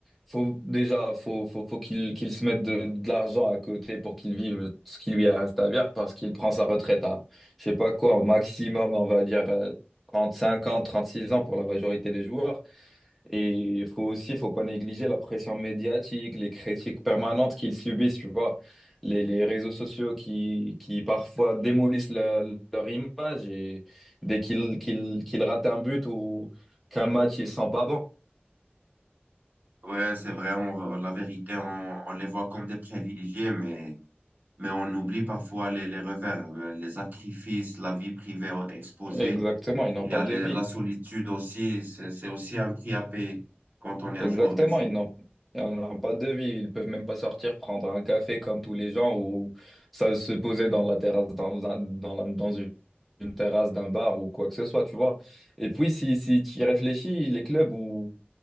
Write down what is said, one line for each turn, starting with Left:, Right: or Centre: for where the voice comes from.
Centre: faut, déjà, faut, faut, faut qu'il qu'il se mette de, de l'argent à côté pour qu'il vive ce qui lui reste à vivre parce qu'il prend sa retraite à, je sais pas quoi, au maximum, on va dire euh, cinq ans, trente six ans pour la majorité des joueurs. Et il faut aussi, il faut pas négliger la pression médiatique, les critiques permanentes qu'ils subissent, tu vois, les, les réseaux sociaux qui, qui parfois démolissent leur, leur image et dès qu'ils qu'ils, qu'ils ratent un but ou qu'un match, ils sont pas bons.
Right: Ouais, c'est vrai, on- la vérité, on, on les voit comme des privilégiés, mais, mais on oublie parfois les, les revers, euh, les sacrifices, la vie privée exposée.
Centre: Exactement, ils n'ont
Right: Il
Centre: pas
Right: y a les-
Centre: de vie.
Right: la solitude aussi, c'est c'est aussi un prix à payer quand on est un
Centre: Exactement,
Right: joueur de foot.
Centre: ils n'ont ils n'ont pas de vie, ils peuvent même pas sortir prendre un café comme tous les gens ou ça se poser dans la terrasse, dans, un- dans, la- dans une, une terrasse d'un bar ou quoi que ce soit, tu vois. Et puis, si, si tu y réfléchis, les clubs ou